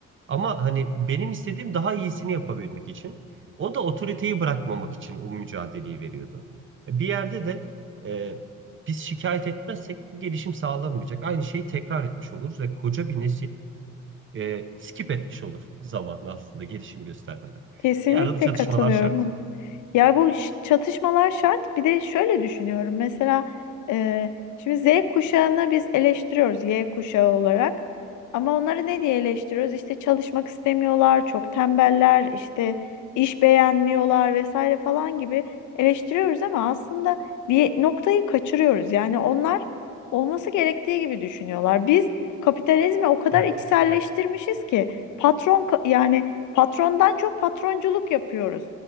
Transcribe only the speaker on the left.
Kesinlikle
katılıyorum.
Ya bu ş- çatışmalar şart. Bir de şöyle düşünüyorum. Mesela e, şimdi Z kuşağını biz eleştiriyoruz Y kuşağı olarak. Ama onları ne diye eleştiriyoruz? İşte çalışmak istemiyorlar, çok tembeller, işte iş beğenmiyorlar vesaire falan gibi eleştiriyoruz ama aslında bir noktayı kaçırıyoruz. Yani onlar olması gerektiği gibi düşünüyorlar. Biz kapitalizmi o kadar
içselleştirmişiz
ki patron ka- yani patrondan çok patronculuk yapıyoruz.